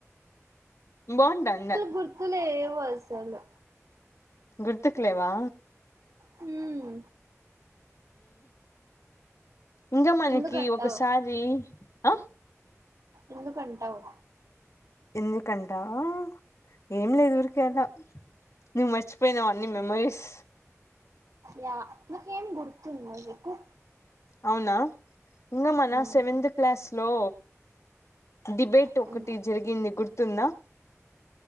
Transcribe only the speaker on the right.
కుర్తులేవు అసలు
హ్మ్
ఎందుకంటావ్
ఎందుకంటవ్
యా నాకేం గుర్తుంద నీకు
నేను హ్మ్
హ్మ్